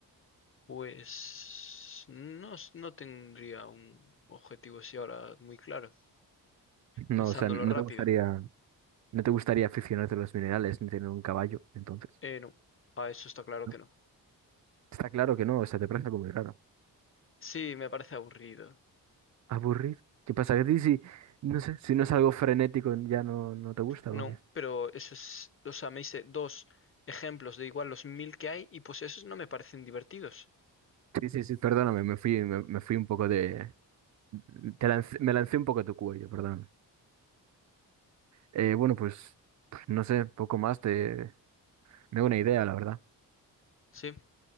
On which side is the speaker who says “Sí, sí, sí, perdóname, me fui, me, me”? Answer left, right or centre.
Right